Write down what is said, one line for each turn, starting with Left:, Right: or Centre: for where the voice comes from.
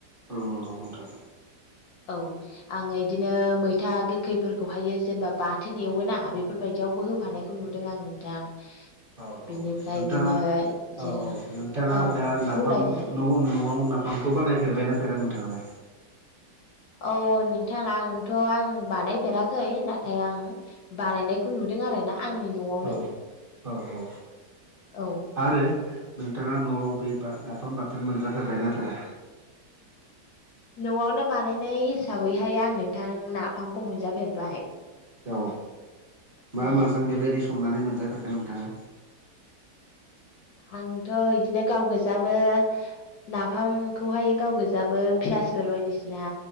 Right: औ नंगौ नोंथां
Left: औ आंङो बिदिनो मैथा गोखैफोरखौहायो जेनेबा बाथोन एवोना बेफोरबायदियावबो होफानाय खौ नुदों आं नोंथां
Right: औ
Left: बिनिफ्राय
Right: औ नोंथांङा
Left: इदिनो जिरा
Right: औ औ नोंथांङा
Left: औ
Right: दा नाफाम
Left: बुंलाय दे
Right: न'आव नाफाम नाफामखौ बानायफेरबायना फेरा नोंथांङालाय
Left: औ नोंथां आंथ' आं बानायफेराखै नाथाय आं बानायनायखौ नुदों आरो ना आंनि न'आव
Right: औ औ औ औ
Left: औ
Right: आरो नोंथांङा न'आव बेा नाफाम बाथोन मोनजाथेरबाय नाथाय ना
Left: न'आवनो बानायनाय हिसाबैहाय आं नोंथां नाफामखौ मोनजाफेरबाय
Right: औ मा
Left: औ ओ
Right: माजों बेबायदि संनानै मोनजाफेरखो नोंथांङा
Left: आंथ' इदिनो गाव गोजाबो नाफामखौहाय गाव गोजाबो पियासफोर बायदिसिना